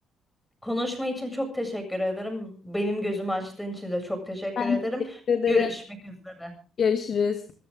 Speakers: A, in the centre; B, on the left.
A: Konuşma için çok teşekkür ederim. Benim gözümü açtığın için de çok teşekkür
B: Ben
A: ederim.
B: teşekkür ederim.
A: Görüşmek üzere.
B: Görüşürüz.